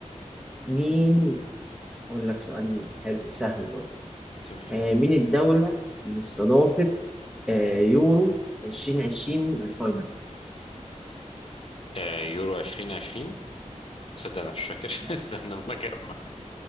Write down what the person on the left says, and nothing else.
تمام
أه يورو 2020 تصدق انا مش فاكر
<laughs> استنى لما اجمع